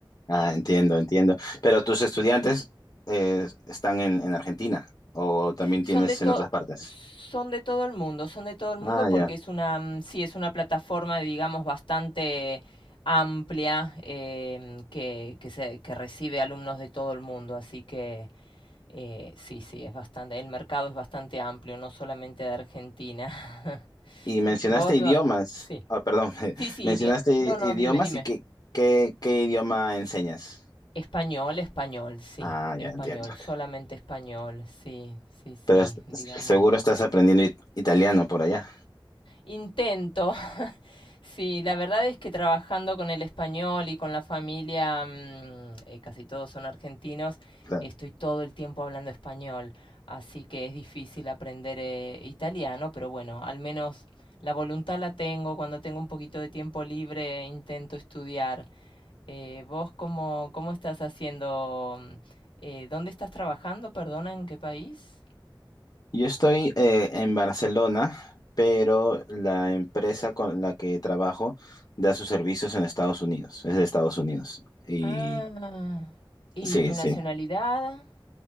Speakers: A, on the left; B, on the left.
A: Ah, entiendo, entiendo. Pero tus estudiantes eh, están en, en Argentina o también
B: Son
A: tienes
B: de to-
A: en otras partes.
B: son de todo el mundo, son de todo el mundo
A: Ah, ya.
B: porque es una, mm, sí, es una plataforma, digamos, bastante amplia em, que, que, se- que recibe alumnos de todo el mundo, así que eh, sí, sí, es bastante, el mercado es bastante amplio, no solamente de Argentina. <laughs>
A: Y mencionaste
B: Vos,
A: idiomas.
B: do- sí,
A: Ah, perdón, <laughs>
B: sí, sí,
A: mencionaste
B: di-
A: i-
B: no, no,
A: idiomas
B: dime, dime.
A: y qué, qué, qué idioma enseñas.
B: Español, español, sí,
A: Ah,
B: español,
A: ya entiendo.
B: solamente español, sí, sí, sí,
A: Pero es-
B: digamos.
A: seguro estás aprendiendo it- italiano por allá.
B: Intento. <laughs> Sí, la verdad es que trabajando con el español y con la familia, mm, eh, casi todos son argentinos,
A: Claro.
B: estoy todo el tiempo hablando español, así que es difícil aprender eh, italiano, pero bueno, al menos la voluntad la tengo, cuando tengo un poquito de tiempo libre eh, intento estudiar. Eh, ¿vos cómo, cómo estás haciendo? mm, eh, ¿dónde estás trabajando? Perdona, ¿en qué país?
A: Yo estoy eh, en Barcelona, pero la empresa con la que trabajo da sus servicios en Estados Unidos, es de Estados Unidos. Y
B: Ah, ¿y
A: sí,
B: tu
A: sí.
B: nacionalidad?